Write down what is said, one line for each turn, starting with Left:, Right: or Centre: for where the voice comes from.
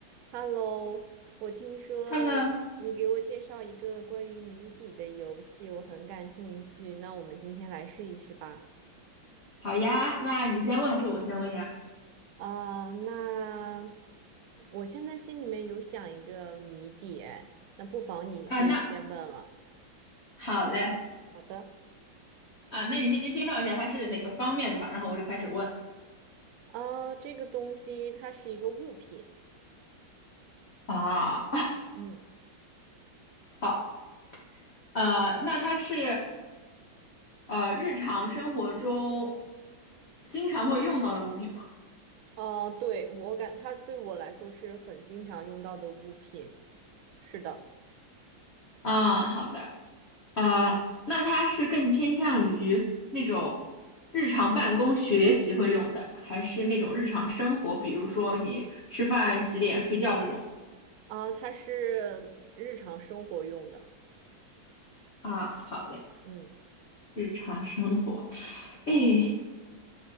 Right: Hello，我听说你给我介绍一个关于谜底的游戏，
Left: Hello，
Right: 我很感兴趣。那我们今天来试一试吧。
Left: 好呀，那你先问还是我先问呀？
Right: 啊、那我现在心里面有想一个谜底，哎那不妨你可以先问了。
Left: 啊，那好嘞，
Right: 好的，
Left: 啊，那你先介绍一下它是哪个方面的吧，然后我就开始问
Right: 啊、这个东西它是一个物品，
Left: 啊。<laughs>
Right: 嗯，
Left: 好，呃，那它是呃日常生活中经常会用到的物品吗？
Right: 啊，对，我感它对我来说是很经常用到的物品，是的，
Left: 啊，好的，呃，那它是更偏向于那种日常办公学习会用的，还是那种日常生活，比如说你吃饭、洗脸、睡觉这种？
Right: 啊、它是日常生活用的，
Left: 啊，好嘞，
Right: 嗯。
Left: 日常生活。哎，